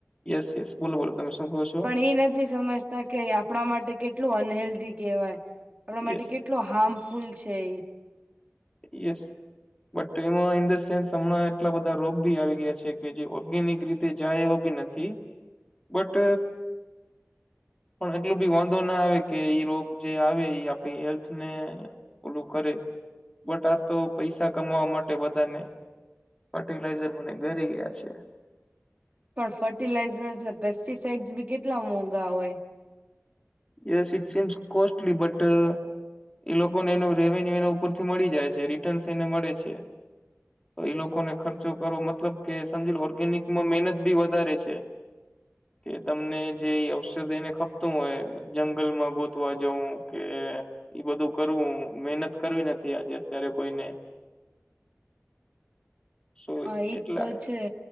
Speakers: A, on the left; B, on the right.
A: યસ યસ બોલો બોલો તમે સુ કહો છે
B: પણ એ નથી સમજતા કે આપણા માટે કેટલું અનહેલ્ધી કહેવાય આપણા માટે
A: યસ
B: કેટલું હાર્મફુલ છે ઈ
A: યસ બટ એમાં ઇન ધ સેન્સ હમણાં એટલા બધા રોગ ભી આવી ગયા છે કે જે ઓર્ગેનિક રીતે જાય એવા બી નથી થી બટ પણ એટલું બી વાંધો ના આવે કે ઈ રોગ જે આવે ઈ આપડી હેલ્થ ને ઓલું કરે બટ આ તો પૈસા કમાવા માટે બધાને ફર્ટિલાઈઝર મને ઘરી ગયા છે
B: પણ ફર્ટિલાઈઝર્સ ને પેસ્ટિસાઈડસ બી કેટલા મોંઘા હોય
A: yes it seems costly but એ લોકોને એનું રેવન્યુ એના ઉપરથી મળી જાય છે રિટર્ન્સ એને મળે છે તો એ લોકોને ખર્ચો કરો મતલબ કે સમજી લો ઓર્ગેનિકમાં મહેનત બી વધારે છે
B: <inaudible>
A: એ તમને જે ઔષધિ એને ખપતું હોય જંગલ માં ગોતવા જઉં કે એ બધું કરવું મહેનત કરવી નથી આજે અત્યારે કોઈને સો
B: હા ઈ જ
A: એટલા
B: તો છે